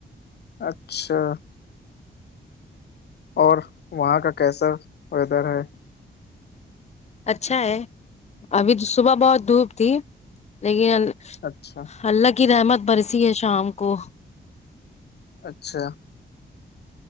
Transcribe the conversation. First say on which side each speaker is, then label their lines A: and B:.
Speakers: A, on the left; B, on the left.
A: اچھا اور وہاں کا کیسا ویدر ہے
B: اچھا ہے ابھی تو صبح بہت دھوپ تھی لیکن
A: اچھا
B: اللہ کی رحمت برسی ہے شام کو
A: اچھا